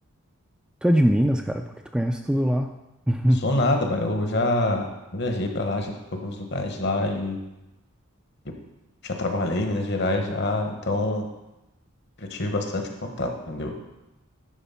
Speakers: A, in the centre; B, on the left.
A: Tu é de Minas, cara, porque tu conhece tudo lá. <laughs>
B: sou nada, mas eu já viajei pra lá, já fui pra alguns lugares de lá e eu já trabalhei em Minas Gerais já, então já tive bastante contato, entendeu?